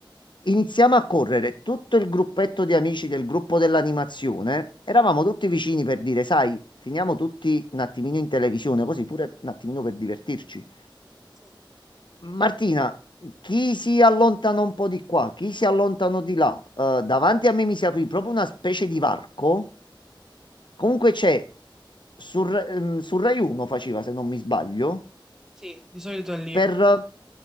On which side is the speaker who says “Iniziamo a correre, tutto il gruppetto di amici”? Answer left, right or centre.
Left